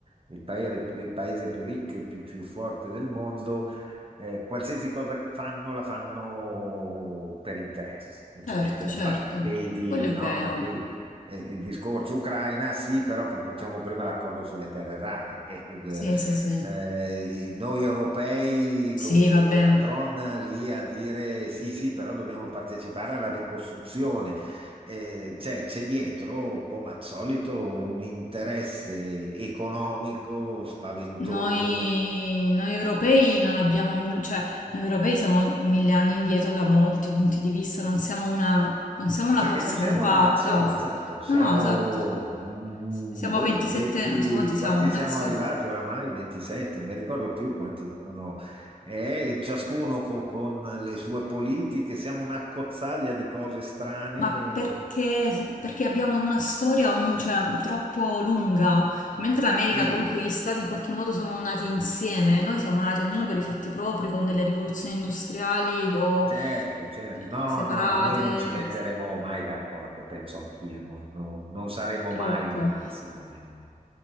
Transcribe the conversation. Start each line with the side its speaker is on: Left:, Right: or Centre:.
Right: il paese, il paese più ricco e più, più forte del mondo, eh, qualsiasi cosa fanno la fanno per interesse, non
Left: Certo,
Right: c'è niente da
Left: certo,
Right: fare. Vedi,
Left: quello è
Right: no,
Left: vero.
Right: sì, eh, il discorso Ucraina, sì, però facciamo prima l'accordo sulle terre rare. E, eh,
Left: Sì, sì, sì.
Right: eh, noi europei
Left: Sì,
Right: con, con
Left: vabbè.
Right: Macron lì a dire sì, sì, però dobbiamo partecipare alla ricostruzione eh, cioè, c'è dietro, come al solito, un interesse economico spaventoso,
Left: Noi, noi europei
Right: eh,
Left: non abbiamo nulla, cioè noi europei siamo mille anni indietro da molti punti di vista, non siamo una, non siamo una
Right: perché
Left: forza
Right: non
Left: compatta.
Right: siamo una nazione, esatto, siamo,
Left: No, esatto.
Right: mm,
Left: S- Siamo
Right: boh,
Left: 27,
Right: 20,
Left: non so quanti siamo,
Right: quanti
Left: nazioni.
Right: siamo arrivati oramai? 27, non mi ricordo più quanti sono, Eh, ciascuno co- con le sue politiche, siamo una cozzaglia di cose strane.
Left: Ma perché, se- perché abbiamo una storia ogni- cioè, troppo lunga? Cioè, mentre l'America,
Right: Sì,
Left: comunque, gli stati in qualche modo sono nati insieme, noi siamo nati ognuno per i fatti propri, con delle rivoluzioni industriali o
Right: Certo, certo.
Left: eh,
Right: No,
Left: separate.
Right: no, noi non ci metteremo mai d'accordo, penso anch'io. Non, non- non saremo
Left: Troppo.
Right: mai una nazione. non-